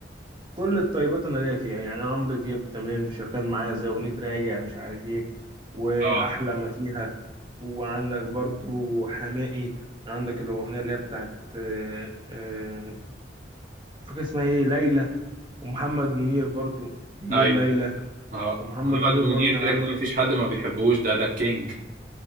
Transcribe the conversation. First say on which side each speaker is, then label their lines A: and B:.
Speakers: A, on the right (about 25°); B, on the right (about 45°).
A: كل الطيبات انا ليا فيها يعني عمرو دياب تمام شغال معايا زي اغنيه راجع مش عارف ايه واحلى
B: اه
A: ما فيها وعندك برضو حماقي عندك الاغنيه اللي هي بتاعت آه، آه، فاكر اسمها ايه ليلى ومحمد منير برضو بيقول
B: ايوه
A: ليلى
B: اه
A: ومحمد
B: محمد
A: منير
B: منير
A: برضو
B: كده
A: كان عامل
B: كده مفيش حد ما بيحبوش ده ده الكينج